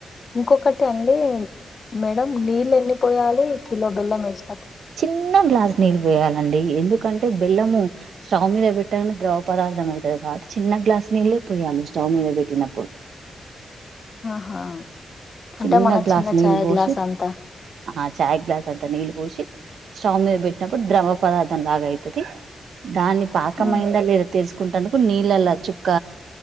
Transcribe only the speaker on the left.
ఇంకొకటి అండి మేడం నీళ్ళు ఎన్ని పోయాలి కిలో బెల్లం ఏసి
ఆహా
అంటే మన
చాయ్
గ్లాస్ అంతా
ఉమ్,